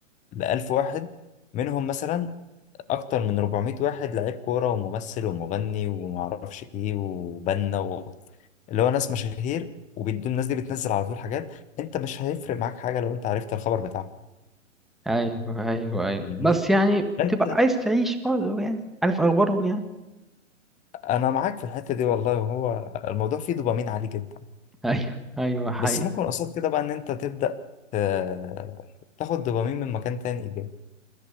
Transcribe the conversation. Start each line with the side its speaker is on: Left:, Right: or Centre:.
Left: ل 1000 واحد منهم مثلا اكتر من 400 واحد لعيب كوره وممثل ومغني ومعرفش ايه وبنا و... اللي هو ناس مشاهير وبيدوا الناس دي بتنزل على طول حاجات انت مش هيفرق معاك حاجه لو انت عرفت الخبر بتاعها
Centre: ايوه ايوه ايوه
Left: فاهمني
Centre: بس يعني بتبقى
Left: انت <laughs>
Centre: عايز تعيش برضه يعني عارف اخبارهم يعني
Left: انا معاك في الحته دي والله هو الموضوع فيه دوبامين عالي جدا
Centre: <laughs> ايوه ايوه حقيقي
Left: بس ممكن قصاد كده بقى ان انت تبدا ت- تاخد دوبامين من مكان تاني ايجابي